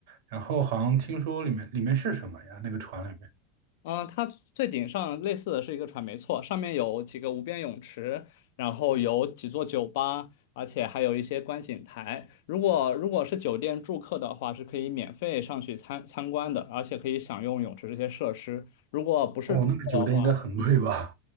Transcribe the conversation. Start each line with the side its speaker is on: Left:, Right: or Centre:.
Right: 然后好像听说里面里面是什么呀？那个船里面，
Left: 嗯，它最顶上类似的是一个船，没错，上面有几个无边泳池，然后有几座酒吧，而且还有一些观景台。如果如果是酒店住客的话，是可以免费上去参参观的，而且可以享用泳池这些设施。如果不是住客的话，
Right: 哦，那个酒店应该很贵吧？
Left: 嗯，